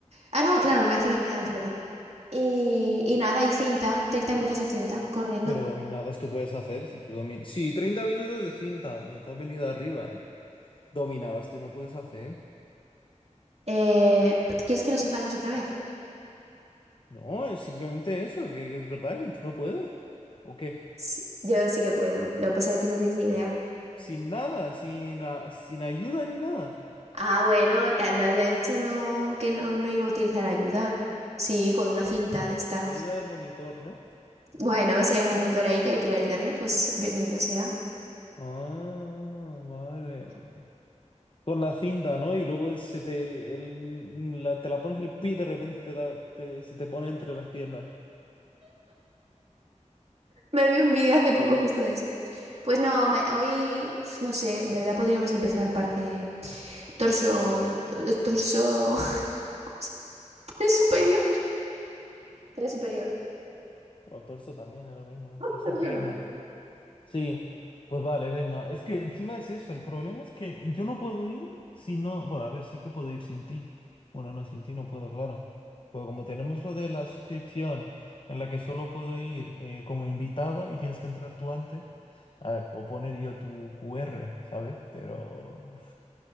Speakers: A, on the right; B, on the left.
A: Ah, no, claro, voy a hacer dominadas, perdón. Y, y nada, y cinta, 30 minutos de cinta, corriendo.
B: Pero dominadas tú puedes hacer si tú dominas. Sí, 30 minutos de cinta. pues Te has venido arriba, ¿eh? Dominadas tú no puedes hacer.
A: Eh, ¿quieres que nos enfademos otra vez?
B: No, es simplemente eso, que que es verdad que tú no puedes. ¿O qué?
A: Sí, yo sí que puedo, lo que pasa es que tú no tienes ni idea.
B: Sin nada, sin, a- sin ayuda ni nada.
A: Ah, bueno, ta- nadie ha dicho no, que no, no iba a utilizar ayuda. Sí, con una cinta de estas.
B: Ayuda del monitor, ¿no?
A: Bueno, si hay un monitor ahí que quiera ayudarme, pues bienvenido sea.
B: Ah, vale. con la cinta, ¿no? Y luego se te, el- la, te la pones el pie y de repente te da, te- se te pone entre las piernas.
A: Me vi un vídeo hace poco justo de eso. Pues no, ma- hoy, pf, no sé, en verdad podríamos empezar parte torso, to- torso <laughs> tres superior. tres superior. <laughs>
B: O torso también, es lo mismo,
A: <clears throat>
B: torso, pierna. Sí, pues vale, venga. Es que encima es eso, el problema es que yo no puedo ir si no. Bueno, a ver, sí que puedo ir sin ti. Bueno, no, sin ti no puedo, claro. Pues como tenemos lo de la suscripción en la que solo puedo ir eh, como invitado y tienes que entrar tú antes, a ver, puedo poner yo tu QR, ¿sabes? Pero.